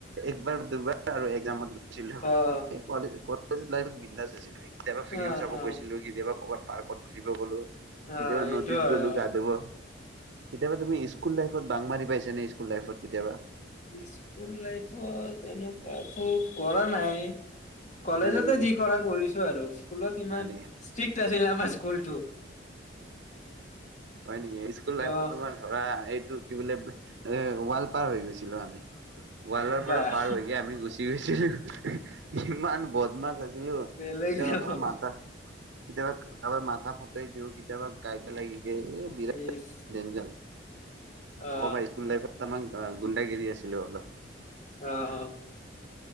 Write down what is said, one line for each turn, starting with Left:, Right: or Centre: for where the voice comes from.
Right: একবাৰ দুবাৰ আৰু একজামত গৈছিলো
Left: অ',
Right: কলেজ কলেজ লাইফত বিন্দাজ হৈছিল। কেতিয়াবা ফিল্ম
Left: অ',
Right: চাব
Left: অ',
Right: গৈছিলো, কেতিয়াবা ক'ৰবাত পাৰ্কত ঘূৰিব গ'লো। কেতিয়াবা
Left: অ', এইটো
Right: নদীত
Left: হয়
Right: গ'লো
Left: অ'।
Right: গা-ধুব। কেতিয়াবা তুমি স্কুল লাইফত বাং মাৰি পাইছা নে? স্কুল লাইফত কেতিয়াবা।
Left: স্কুল লাইফত এনেকাটো কৰা নাই। কলেজতে
Right: হয় নেকি
Left: যি কৰা কৰিছোঁ আৰু। স্কুলত ইমান
Right: হয় নেকি
Left: ষ্টিক্ট আছিলে আমাৰ স্কুলটো।
Right: হয় নেকি? স্কুল লাইফত
Left: অ',
Right: তোমাৰ ধৰা এইটো কি বোলে, এ ৱাল পাৰ হৈ গৈছিলোঁ আমি। ৱালৰ পৰা
Left: বাহ
Right: পাৰ হৈ গে আমি গুচি গৈছিলোঁ। কিমান বদমাছ আছিলোঁ,
Left: বেলেগ
Right: কেতিয়াবা
Left: অ',
Right: কাৰোবাৰ মাথা, কেতিয়াবা কাৰোবাৰ মাথা ফুটাই দিওঁ, কেতিয়াবা কাইটা লাগি গে বিৰাট
Left: ইচ
Right: ডেঞ্জাৰ,
Left: অ',
Right: কব পাৰি স্কুল লাইফত। আমাক অ' গুণ্ডাগিৰি আছিলোঁ অলপ।
Left: অ', অ'।